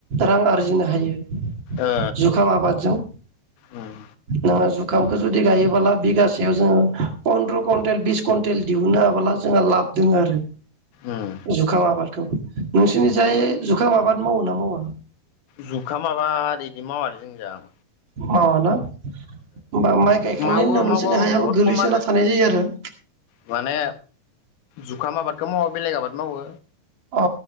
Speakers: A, on the right; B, on the left.
A: रां आरजिनो हायो।
B: ओ
A: जुखाम आबादजों
B: उम
A: नोङो जु खामखौ जुदि गायोबोला बिगासेयाव जोङो पन्द्र' कुवन्टेल बिस कुवन्टेल दिहुनो हाबोला जोंहा लाब दों आरो।
B: उम
A: जुखाम आबाद। औ <inaudible> नोंसिनि जाय जुखाम आबाद मावो ना मावा?
B: जुखाम आबाद इदि मावा जोंनि जाम
A: मावाना होमबा माइ गायखांनायनि
B: मावो
A: उनाव नोंसोरनि
B: मावबाबो
A: हायाबो
B: बहुद
A: गोग्लैसोना
B: खम आरो
A: थानाय जायो आरो ।
B: माने जुखाम आबादखौ मावा बेलेग आबाद मावो
A: अ